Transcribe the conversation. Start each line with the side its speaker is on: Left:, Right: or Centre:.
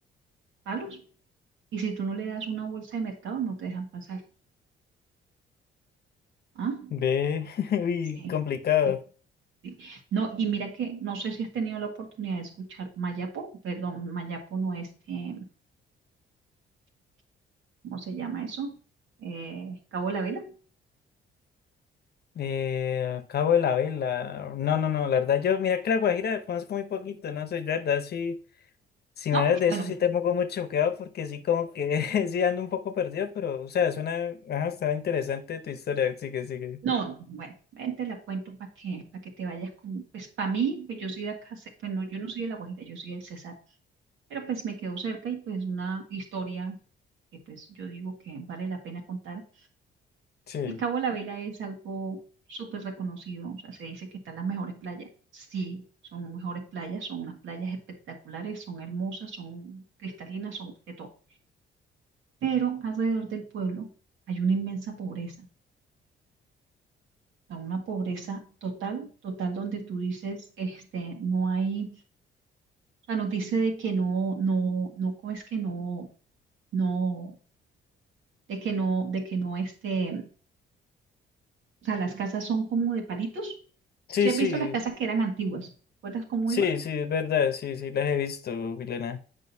Right: palos y si tú no le das una bolsa de mercado no te dejan pasar. ¿Ah?
Left: Ve, <laughs> uy,
Right: Sí.
Left: complicado.
Right: Sí. Sí. No, y mira que no sé si has tenido la oportunidad de escuchar Mayapo, perdón, Mayapo no este, ¿cómo se llama eso? Eh, Cabo de la Vela,
Left: Eh, Cabo de la Vela. No, no, no, la verdad, yo, mira que la Guajira conozco muy poquito, no sé, la verdad, sí. Si
Right: ¿no?
Left: me hablas de
Right: Bueno,
Left: eso, sí te pongo muy choqueado porque sí, como que <laughs> sí ando un poco perdido, pero, o sea, suena, ajá, está interesante tu historia. Sigue, sigue.
Right: no, bueno, ven, te la cuento para que, para que te vayas con, pues para mí, pues yo soy de acá, ce- pues no, yo no soy de La Guajira, yo soy del Cesar, pero pues me quedo cerca y pues una historia que pues yo digo que vale la pena contar
Left: Sí,
Right: El Cabo de la Vela es algo súper reconocido, o sea, se dice que están las mejores playas. Sí, son mejores playas, son unas playas espectaculares, son hermosas, son cristalinas, son de todo. Pero alrededor del pueblo hay una inmensa pobreza, o sea, una pobreza total, total, donde tú dices, este, no hay, o sea, nos dice de que no, no, no, ¿cómo es que no, no, de que no, de que no, este. O sea, las casas son como de palitos.
Left: sí,
Right: ¿Sí has
Left: sí,
Right: visto las casas que eran antiguas? ¿Recuerdas cómo
Left: sí,
Right: iba?
Left: sí, es verdad, sí, sí, las he visto, Milena.